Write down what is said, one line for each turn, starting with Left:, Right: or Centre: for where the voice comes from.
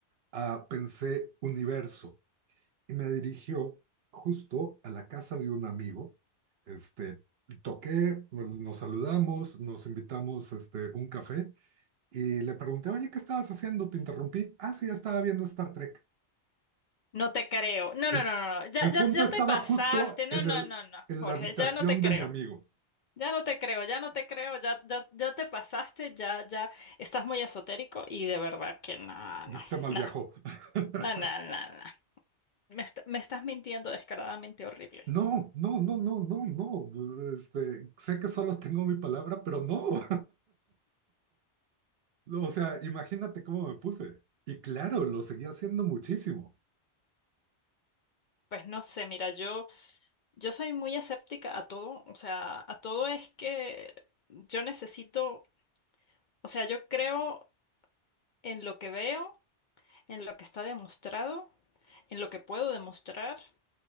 Right: ah, pensé universo y me dirigió justo a la casa de un amigo. Este, toqué, pues, nos saludamos, nos invitamos este, un café y le pregunté, oye, ¿qué estabas haciendo? Te interrumpí. Ah, sí, estaba viendo Star Trek.
Left: No te creo. No,
Right: El,
Left: no, no, no, no. Ya,
Right: el
Left: ya,
Right: punto
Left: ya
Right: estaba
Left: te pasaste.
Right: justo
Left: No,
Right: en
Left: no,
Right: el,
Left: no, no.
Right: en
Left: Jorge,
Right: la habitación
Left: ya no te creo.
Right: de mi amigo.
Left: Ya no te creo, ya no te creo, ya, ya, ya te pasaste, ya, ya estás muy esotérico y de verdad que no,
Right: <laughs>
Left: no,
Right: Te mal
Left: no,
Right: viajó. <laughs>
Left: no, no, no, no. Me, est- me estás mintiendo descaradamente horrible.
Right: No, no, no, no, no, no. Este, sé que solo tengo mi palabra, pero no. <laughs> O sea, imagínate cómo me puse. Y claro, lo seguía haciendo muchísimo.
Left: Pues no sé, mira, yo, yo soy muy escéptica a todo, o sea, a todo es que yo necesito, o sea, yo creo en lo que veo, en lo que está demostrado, en lo que puedo demostrar,